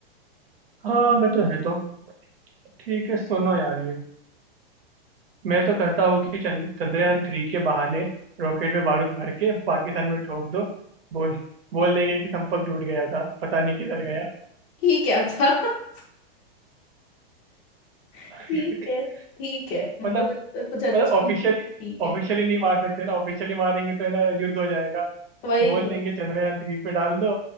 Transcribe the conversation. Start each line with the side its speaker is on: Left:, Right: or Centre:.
Right: हाँ मैं तो है तो ठीक है सुनो यार ये मैं तो कहता हूँ कि चंद, चंद्रयान थ्री के बहाने रॉकेट में बारूद भर के पाकिस्तान में ठोक दो बोल बोल देंगे कि संपर्क टूट गया था पता नहीं किधर गया
Left: ये क्या था <laughs> ठीक
Right: <laughs>
Left: है ठीक है मतलब
Right: मतलब
Left: इतना कुछ अच्छा
Right: मतलब ऑफिशियली
Left: नहीं है ठीक
Right: ऑफिशियली
Left: है
Right: नहीं मार सकते ना ऑफिशियली मारेंगे तो है ना युद्ध हो जाएगा
Left: वही
Right: बोल
Left: दो
Right: देंगे चंद्रयान थ्री पे डाल दो